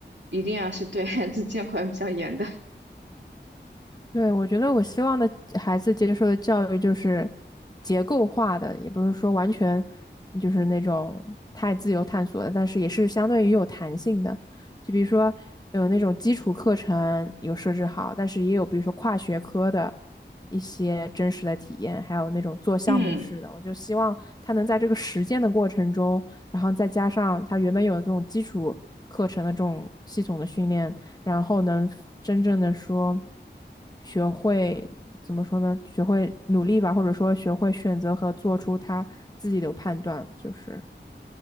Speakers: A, on the right; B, on the left.
A: 一定要是对孩子监管比较严的。
B: 对，我觉得我希望的孩子接受的教育就是结构化的，也不是说完全就是那种太自由探索的，但是也是相对于有弹性的。就比如说有那种基础课程有设置好，但是也有比如说跨学科的一些真实的体验，还有那种做项目式的。
A: 嗯
B: 我就希望他能在这个实践的过程中，然后再加上他原本有的这种基础课程的这种系统的训练。然后能真正的说学会怎么说呢？学会努力吧，或者说学会选择和做出他自己的判断，就是